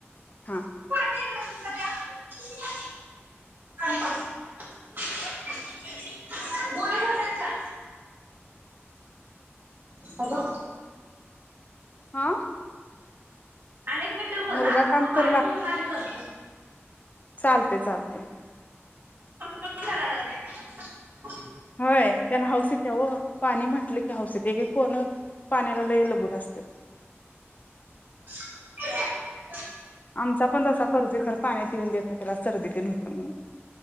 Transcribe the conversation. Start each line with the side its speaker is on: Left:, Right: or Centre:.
Left: हा.
Right: <unintelligible> <unintelligible> पाच <unintelligible> गोळी घाल त्यांच्या हॅलो.
Left: हा
Right: आणि एक मिंट बोला,
Left: मुलगा काम
Right: मग पाणी
Left: करू
Right: भरून आणि करतो.
Left: चाल ते चालते.
Right: <unintelligible> करा लागलय <unintelligible>
Left: होय त्यान हौस इत ते ओ पाणी म्हंटल की हौस <unintelligible> पूर्ण एक एक पोरनं पाण्याला लय लगुत असत्यात.
Right: <unintelligible>
Left: आमचा पण तसा करतुय, खर पाण्यात युन देत नई तेला सर्दीतेन हुत्या म्हणून